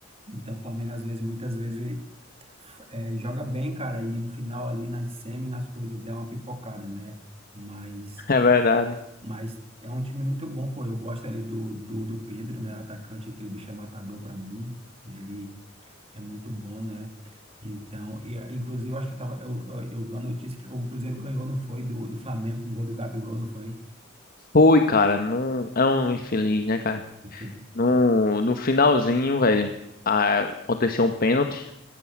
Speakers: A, on the right; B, on the left.
A: Então o Flamengo, às vezes, muitas vezes, ele, é, joga bem, cara, e no final ali nas semi, nas coisas, dá uma pipocada, né? Mas,
B: <laughs> É verdade.
A: mas é um time muito bom, pô. Eu gosto ali do, do, do Pedro, né? Atacante, aquele bicho é matador pra mim. Ele é muito bom, né? Então, e, inclusive, eu acho que eu, tava, eu, eu, eu vi uma notícia que o Cruzeiro ganhou, não foi? Do, do Flamengo com o gol do Gabigol, não foi?
B: Ui, cara, não é um infeliz, né, cara?
A: Aquele-
B: No, no finalzinho, velho, a- aconteceu um pênalti.